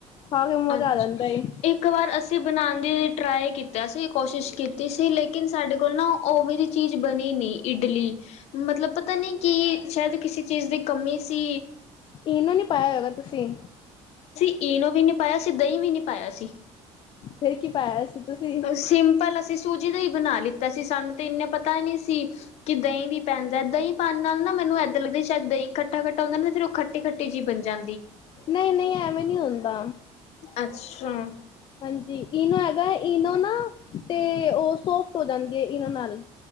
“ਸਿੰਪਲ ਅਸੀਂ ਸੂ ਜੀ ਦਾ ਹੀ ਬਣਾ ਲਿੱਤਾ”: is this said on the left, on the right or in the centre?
Left